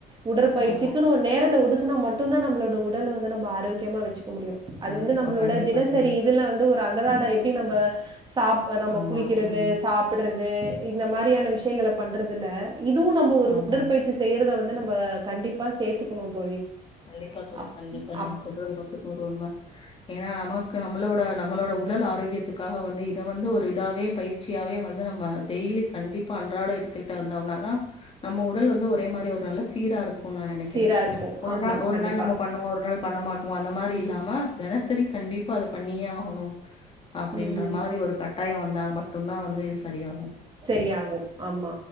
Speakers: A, on the right; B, on the left.
A: உடற்பயிற்சிக்குனு
B: ஆமா
A: ஒரு நேரத்த ஒதுக் குனா மட்டுந்தா நம்ளோட உடல வந்து நம்ம ஆரோக்கியமா வச்சிக் க முடியு அது
B: கண்டிப்பா
A: வந்து நம்ளோட
B: கண்டிப்பா
A: தினசரி
B: தோழி
A: இதுல வந்து ஒரு அன்றாட எப்டி நம்ப சாப் நம்ப
B: ஆமா
A: குளிக்கிறது
B: ம்
A: சாப்புடுறது இந்த மாரியான விஷயங்கள பண்றதுல இதுவூ நம்ப ஒரு
B: ஆமா
A: உடற்பயிற்சி செய்றத வந்து நம்ம கண்டிப்பா சேத்துக்குணூ தோழி
B: கண்டிப்பா தோழி
A: அப்
B: கண்டிப்பா நீங்க
A: அப்
B: சொல்றது நூத்துக்கு நூறு உண்ம ஏனா நமக்கு நம்ளோட நம்மளோட உடல் ஆரோக்கியத்துக் காக வந்து இத வந்து ஒரு இதாவே பயிற்சியாவே வந்து நம்ம டெய்லி கண்டிப்பா அன்றாட எடுத்துட்டு வந்தோம்னா அதா நம்ம உடல் வந்து ஒரே மாரி ஒரு நல்ல சீரா இருக்கூன் நா நெனக்கிறே
A: சீரா இருக்கும்.
B: ஒரு
A: ஆமா,
B: நாள் ஒரு
A: கண்டிப்பா.
B: நாள் நம்ம பண்ணுவோ ஒர் நாள் பண்ணமாட்டோ அந்த மாரி இல்லாம தெனசரி கண்டிப்பா அத பண்ணியே ஆகணூ அப்டின்ற
A: ம்.
B: மாத்ரி ஒரு கட்டாயோ வந்தா மட்டுந்தா வந்து இது சரியாகூ
A: செரியாகூ ஆமா